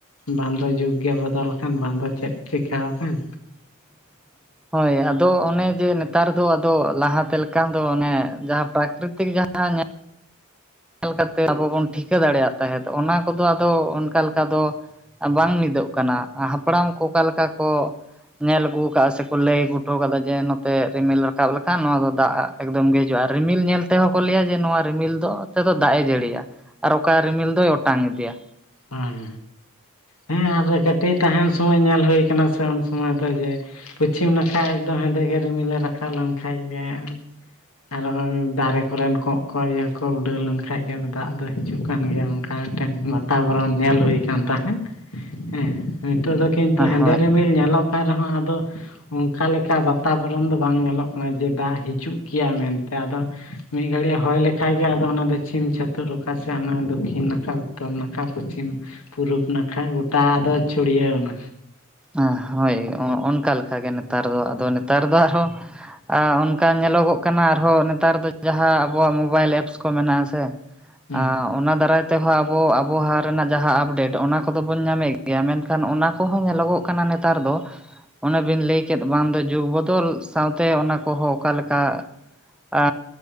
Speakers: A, on the left; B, in the centre.
A: ᱵᱟᱝᱫᱚ ᱡᱩᱜᱽ ᱜᱮ ᱵᱚᱫᱚᱞ ᱟᱠᱟᱱ ᱵᱟᱝᱫᱚ ᱪᱮᱫ ᱪᱤᱠᱟᱣ ᱠᱟᱱ᱾
B: <inaudible> ᱦᱟᱭ ᱟᱫᱚ ᱚᱱᱮ ᱡᱮ ᱱᱮᱛᱟᱨ ᱫᱚ ᱟᱫᱚ ᱞᱟᱦᱟᱛᱮ ᱞᱮᱠᱟᱱ ᱫᱚ ᱚᱱᱮ ᱡᱟᱦᱟᱸ ᱯᱨᱟᱠᱨᱤᱛᱤᱠ ᱡᱟᱦᱟᱸᱼᱼ ᱧᱮᱞ ᱠᱟᱛᱮ ᱟᱵᱚ ᱵᱚᱱ ᱴᱷᱤᱠᱟᱹ ᱫᱟᱲᱮᱭᱟᱜ ᱛᱟᱦᱮᱸᱫ ᱚᱱᱟ ᱠᱚᱫᱚ ᱟᱫᱚ ᱚᱱᱠᱟ ᱞᱮᱠᱟ ᱫᱚᱼᱼ ᱵᱟᱝ ᱢᱤᱫᱚᱜ ᱠᱟᱱᱟ ᱦᱟᱯᱲᱟᱢ ᱠᱚ ᱚᱠᱟ ᱞᱮᱠᱟ ᱠᱚᱼᱼ ᱧᱮᱞ ᱟᱹᱜᱩ ᱟᱠᱟᱫᱼᱟ ᱥᱮᱠᱚ ᱞᱟᱹᱭ ᱟᱹᱜᱩ ᱦᱚᱴᱚ ᱟᱠᱟᱫᱟ ᱡᱮ ᱱᱚᱛᱮ ᱨᱤᱢᱤᱞ ᱨᱟᱠᱟᱵ ᱞᱮᱠᱷᱟᱱ ᱱᱚᱣᱟ ᱫᱚ ᱫᱟᱜ ᱟᱜ ᱮᱠᱫᱚᱢ ᱜᱮ ᱦᱤᱡᱩᱜᱼᱟ ᱟᱨ ᱨᱤᱢᱤᱞ ᱧᱮᱞ ᱛᱮᱦᱚᱸ ᱠᱚ ᱞᱟᱹᱭᱟ ᱡᱮ ᱱᱚᱣᱟ ᱨᱤᱢᱤᱞ ᱫᱚ, ᱛᱮᱫᱚ ᱫᱟᱜ ᱮ ᱡᱟᱹᱲᱤᱭᱟ ᱟᱨ ᱚᱠᱟ ᱨᱤᱢᱤᱞ ᱫᱚᱭ ᱚᱴᱟᱝ ᱤᱫᱤᱭᱟ᱾
A: ᱦᱮᱸ ᱦᱮᱸ ᱦᱮᱸ ᱟᱨ ᱠᱟᱹᱴᱤᱡ ᱛᱟᱦᱮᱱ ᱥᱚᱢᱚᱭ ᱧᱮᱞ ᱦᱩᱭ ᱠᱟᱱᱟ ᱥᱮ ᱩᱱ ᱥᱚᱢᱚᱭ ᱫᱚ ᱡᱮ ᱯᱟᱹᱪᱷᱤᱢ ᱱᱟᱠᱷᱟ ᱮᱠᱫᱚᱢ ᱦᱮᱸᱫᱮ ᱜᱮ ᱨᱤᱢᱤᱞ ᱮ ᱨᱟᱠᱟᱵ ᱞᱮᱱᱠᱷᱟᱡ ᱜᱮ ᱟᱨᱚ ᱫᱟᱨᱮ ᱠᱚᱨᱮᱱ ᱠᱚᱸᱜ ᱠᱚ ᱤᱭᱟᱹ ᱠᱚ ᱩᱰᱟᱹᱣ ᱞᱮᱱᱠᱷᱟᱡ ᱜᱮ ᱫᱟᱜ ᱫᱚ ᱦᱤᱡᱩᱜ ᱠᱟᱱ ᱜᱮᱭᱟ ᱚᱱᱠᱟ ᱢᱮᱫᱴᱮᱱ ᱛᱟᱵᱚᱨᱚᱱ ᱧᱮᱞ ᱦᱩᱭ ᱠᱟᱱ ᱛᱟᱦᱮᱸᱫ ᱦᱮᱸ ᱱᱤᱛᱚᱜ ᱫᱚ ᱠᱤᱱᱛᱩ
B: ᱦᱳᱭ
A: ᱦᱮᱸᱫᱮ ᱨᱤᱢᱤᱞ ᱧᱮᱞᱚᱜ ᱠᱟᱱ ᱨᱮᱦᱚᱸ ᱟᱫᱚ ᱚᱱᱠᱟ ᱞᱮᱠᱟ ᱵᱟᱛᱟᱵᱚᱨᱚᱱ ᱫᱚ ᱵᱟᱝ ᱧᱮᱞᱚᱜ ᱠᱟᱱᱟ ᱡᱮ ᱫᱟᱜ ᱦᱤᱡᱩᱜ ᱜᱮᱭᱟ ᱢᱮᱱᱛᱮ ᱟᱫᱚ ᱢᱤᱫ ᱜᱷᱟᱹᱲᱤᱡ ᱦᱚᱭ ᱞᱮᱠᱷᱟᱡ ᱜᱮ ᱟᱫᱚ ᱚᱱᱟ ᱫᱚ ᱪᱷᱤᱢ ᱪᱷᱟᱹᱛᱟᱹᱨ ᱚᱠᱟ ᱥᱮ ᱚᱱᱟ ᱫᱚᱠᱠᱷᱤᱱ ᱱᱟᱠᱷᱟ ᱩᱛᱛᱚᱨ ᱱᱟᱠ ᱠᱷᱟ ᱯᱚᱪᱷᱤᱢ ᱯᱩᱨᱩᱵ ᱱᱟᱠᱷᱟ ᱜᱚᱴᱟ ᱟᱫᱚ ᱪᱷᱩᱲᱭᱟᱹᱣ ᱱᱟ
B: ᱟ ᱦᱳᱭ ᱚᱱᱠᱟ ᱞᱮᱠᱟᱜᱮ ᱱᱮᱛᱟᱨ ᱫᱚ ᱟᱫᱚ ᱱᱮᱛᱟᱨ ᱫᱚ ᱟᱨᱦᱚᱸ ᱟ ᱚᱱᱠᱟ ᱧᱮᱞᱚᱜᱚᱜ ᱠᱟᱱᱟ ᱟᱨᱦᱚᱸ ᱱᱮᱛᱟᱨ ᱫᱚ ᱡᱟᱦᱟᱸ ᱟᱵᱚᱣᱟᱜ ᱢᱳᱵᱟᱭᱤᱞ ᱮᱯᱥ ᱠᱚ ᱢᱮᱱᱟᱜᱼᱟ ᱥᱮ
A: ᱦᱮᱸ
B: ᱟ ᱚᱱᱟ ᱫᱟᱨᱟᱭ ᱛᱮᱦᱚᱸ ᱟᱵᱚ ᱟᱵᱚᱦᱟᱣᱟ ᱨᱮᱱᱟᱜ ᱡᱟᱦᱟᱸ ᱟᱯᱰᱮᱴ ᱚᱱᱟ ᱠᱚᱫᱚ ᱵᱚᱱ ᱧᱟᱢᱮᱫ ᱜᱮᱭᱟ ᱢᱮᱱᱠᱷᱟᱱ ᱚᱱᱟ ᱠᱚᱦᱚᱸ ᱧᱮᱞᱚᱜᱚᱜ ᱠᱟᱱᱟ ᱱᱮᱛᱟᱨ ᱫᱚ ᱚᱱᱮᱵᱤᱱ ᱞᱟᱹᱭ ᱠᱮᱫ ᱵᱟᱝ ᱫᱚ ᱡᱩᱜᱽ ᱵᱚᱫᱚᱞ ᱥᱟᱶᱛᱮ ᱚᱱᱟ ᱠᱚᱦᱚᱸ ᱚᱠᱟᱞᱮᱠᱟ ᱟ